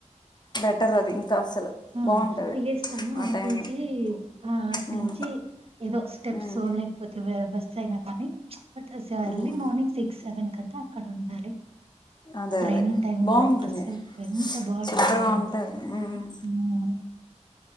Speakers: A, on the left; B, on the right.
A: బెటర్ అది ఇంకా అసలు
B: హ్మ్మ్
A: బాగుంటది
B: తిగేస్తాము
A: ఆ
B: ఆటి
A: టైంలో
B: నుంచి ఆ ఆటినుంచి
A: ఉమ్,
B: ఏదో స్టెప్స్
A: ఉమ్,
B: లేకపోతే సైనా కానీ but early
A: um.
B: Morning six seven కంతా అక్కడ ఉండాలి
A: అదే
B: రైనింగ్
A: అదే
B: టైమ్
A: బాగుంటుంది
B: లో అసలు ఎంత బాగుంటుందంటే
A: సూపర్గా
B: అంత
A: ఉంటుంది
B: బాగుంటుంది
A: ఉమ్.
B: హ్మ్మ్